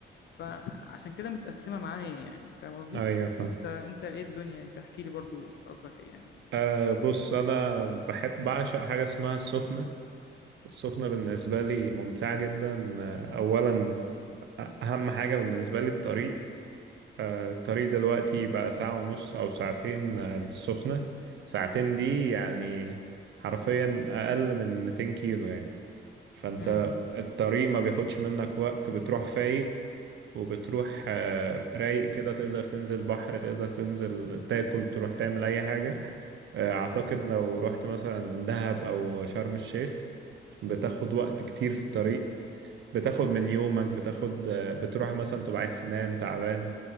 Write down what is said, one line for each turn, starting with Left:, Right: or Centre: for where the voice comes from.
Left: فعشان كده متقسمة معايا يعني فاهم قصدي؟
Right: أيوة فاهم
Left: انت انت ايه الدنيا انت احكي لي برضو قصدك ايه يعني
Right: أه بص أنا بحب بعشق حاجة اسمها السخنة السخنة بالنسبة لي ممتعة جدا آه، أولا أهم حاجة بالنسبة لي الطريق آه، الطريق دلوقتي بقى ساعة ونص أو ساعتين آه، للسخنة ساعتين دي يعني حرفيا أقل من 200 كيلو يعني فأنت
Left: امم
Right: الطريق ما بياخدش منك وقت بتروح فايق وبتروح آه، رايق كده تقدر تنزل بحر تقدر تنزل تاكل تروح تعمل أي حاجة آه، أعتقد لو رحت مثلا دهب أو شرم الشيخ بتاخد وقت كتير في الطريق بتاخد من يومك بتاخد آه، بتروح مثلا تبقى عايز تنام تعبان